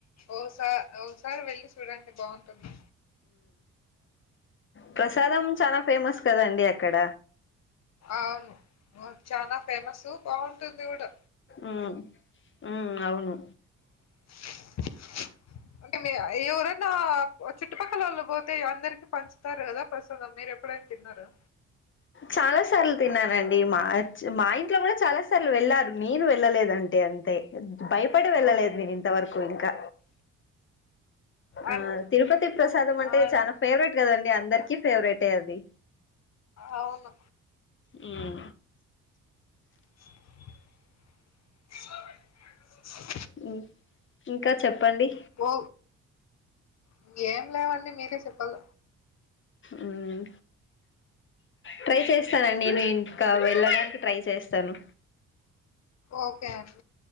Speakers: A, on the left (about 60°); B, on the left (about 40°).
A: ఓసా ఓసారి వెళ్ళి చూడండి బావుంటుంది.
B: ప్రసాదం చానా ఫేమస్ కదండి అక్కడ.
A: అవును చానా ఫేమస్ బావుంటుంది కూడా.
B: ఉ ఉ అవును.
A: <unintelligible> అంటే మే ఎవరన్నా చుట్టుపక్కలోళ్ళు పోతే అందరికి పంచుతరు కదా ప్రసాదం మీరు ఎప్పుడైనా తిన్నరా?
B: చాలా సార్లు తిన్నానండి మా మా ఇంట్లో కూడా చాలా సార్లు వెళ్ళారు నేను వెళ్ళలేదంటే అంతే భయపడి వెళ్ళలేదు
A: ఆ!
B: నేను ఇంతవరకు ఇంకా
A: అన్
B: ఆ తిరుపతి ప్రసాదం అంటే
A: అన్
B: చాలా ఫేవరెట్ కదండి అందరికీ ఫేవరెటే అది
A: అవును
B: ఉం
A: <unintelligible>
B: ఉం ఇంకా చెప్పండి
A: పో ఇంగేం లేదండి మీరే చెప్పాల
B: ఉం ట్రై చేస్తా నండి నేను ఇంకా వెళ్ళడానికి ట్రై చేస్తాను
A: ఓకే అండి